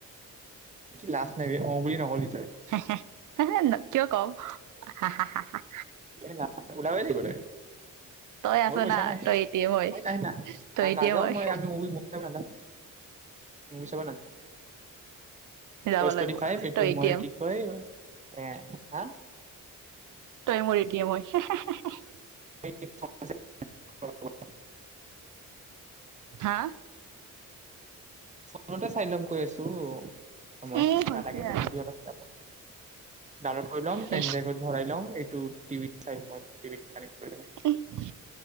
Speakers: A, on the right; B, on the right.
A: কি লাজ নাই বে অ বুলি নকলি তই
B: হেহ্-হেহ্- হে হে ন-কিয় কম? হাহ্-হাহ্-হাহ্-হাহ্-
A: এ নাই- ওলাবই লাগিব তই,
B: তই
A: মোৰ
B: আছ
A: পইচা
B: না
A: নাই,
B: তই এ টি এম হয়
A: মই নাহে না,
B: তই এ
A: নাযাও
B: টি এম হয়
A: মই আমিও নাযাও- মুভি চাব নাযাও,
B: যাব
A: পাঁচ টোয়েন্টি-ফাইভ
B: লাগিব
A: এইটো
B: তই এ
A: মই
B: টি এম।
A: কি কয়? এহ্ আহ্-
B: তই মোৰ এতিয়া মই, হেহ্-হেহ্-হেহ্-হেহ্-
A: <unintelligible>
B: হা?
A: ফন্টেছ- চাইলম কৈ আছ- তৌ- মই
B: এ হৈছে
A: নালাগে দে
B: আৰু
A: মুভি হলত যাব। ‌ ডাউনলড কৰি লম,
B: হৈছে
A: পেন'ড্ৰাইভত ভৰাই ল'ম, এইটো- টিভি চাই মই টিভিত কানেক্ট- কৰি ল'ম।
B: এহ্